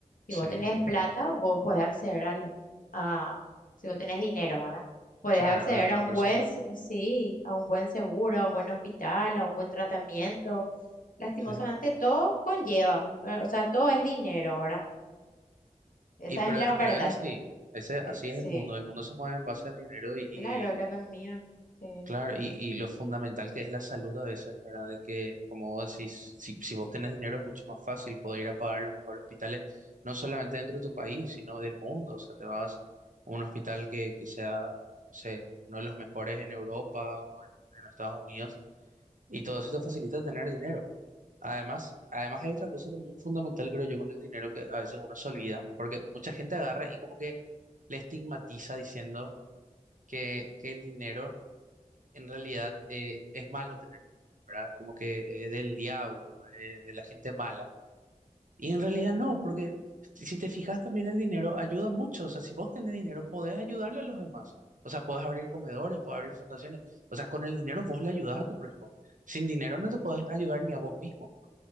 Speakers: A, on the left; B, on the right.
A: Si
B: Sí,
A: vos tenés plata, vos podés acceder al, a, si vos tenés dinero, ¿verdad? Podés
B: claro,
A: acceder
B: a lo mejor
A: a un buen,
B: seguro.
A: s- sí, a un buen seguro, a un buen hospital, a un buen tratamiento. Lastimosamente,
B: Sí.
A: todo conlleva, eh, o sea, todo es dinero, ¿verdad? Esa
B: Y pero,
A: es la verdad.
B: pero es así, ese, así
A: Eh, sí,
B: es el mundo, el mundo se mueve en base al dinero y, y
A: claro, la economía, sí.
B: Claro, y, y lo fundamental que es la salud a veces, ¿verdad? De que, como vos decís, si, si vos tenés dinero es mucho más fácil poder ir a pagar los mejores hospitales, no solamente dentro de tu país, sino del mundo. O sea, te vas a un hospital que, que sea, no sé, uno de los mejores en Europa o en, en Estados Unidos, y todo eso te facilita tener dinero. Además, además hay otra cosa también fundamental, creo yo, con el dinero que a veces uno se olvida, porque mucha gente agarra y como que le estigmatiza diciendo que, que el dinero en realidad eh, es malo tener dinero, ¿verdad? Es Como que es del diablo, eh, de la gente mala. Y en realidad
A: Eh,
B: no, porque si si te fijas también el dinero ayuda mucho. O sea, si vos tenés dinero, podés ayudarle a los demás. O sea, podés abrir comedores, podés abrir fundaciones. O sea, con el dinero vos le ayudás a tu prójimo. Sin dinero no te podés ayudar ni a vos mismo.